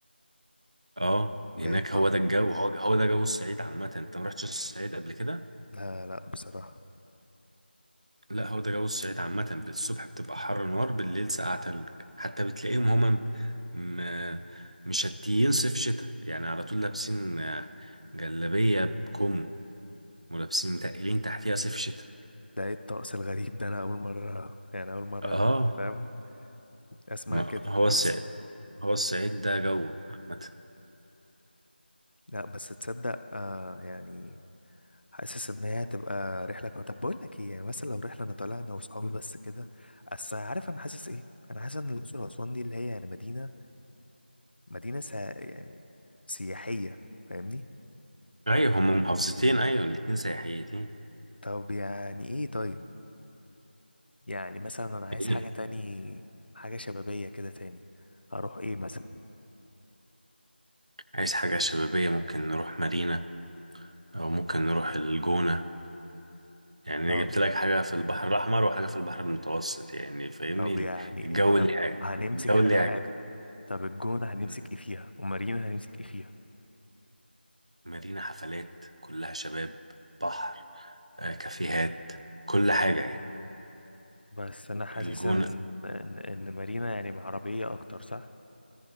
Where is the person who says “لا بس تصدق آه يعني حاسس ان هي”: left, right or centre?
Left